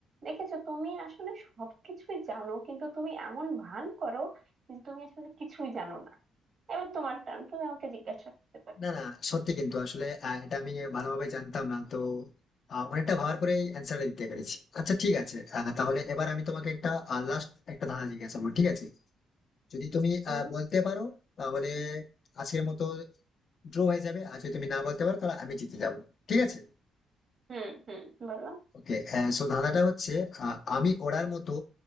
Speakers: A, on the right (about 50°); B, on the left (about 50°).
A: দেখেছো তুমি আসলে সবকিছুই জানো কিন্তু তুমি এমন ভান করো যে তুমি আসলে কিছুই জানো না এবার তোমার টান তুমি আমাকে জিজ্ঞাসা করতে পারো
B: না না সত্যি কিন্তু আসলে আহ, এটা আমি ভালোভাবে জানতাম না তো আহ, অনেকটা ভাবার পরে অ্যান্সারটা দিতে পেরেছি আচ্ছা ঠিক আছে আহ, তাহলে এবার আমি তোমাকে একটা লাস্ট একটা ধাঁধা জিজ্ঞাসা করবো ঠিক আছে যদি তুমি
A: হুম
B: আহ, বলতে পারো তাহলে আজকের মতো ড্র হয়ে যাবে আর যদি তুমি না বলতে পারো তাহলে আমি জিতে যাবো ঠিক আছে
A: হুম হুম বলো
B: ওকে সো ধাঁধাটা হচ্ছে আহ, আমি ওড়ার মতো